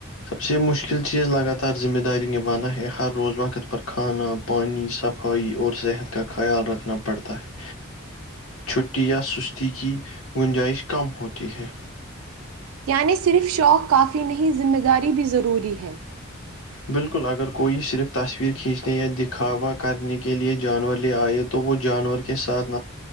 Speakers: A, on the left; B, on the right.
A: سب سے مشکل چیز لگاتار ذمہ داری نبھانا ہے ہر روز وقت پر کھانا پانی صفائی اور صحت کا خیال رکھنا پڑتا ہے چھٹی یا سستی کی گنجائش کم ہوتی ہے
B: یعنی صرف شوق کافی نہیں ذمہ داری بھی ضروری ہے
A: بالکل اگر کوئی صرف تصویر کھینچنے یا دکھاوا کرنے کے لیے جانور لے آئے تو تو وہ جانور کے ساتھ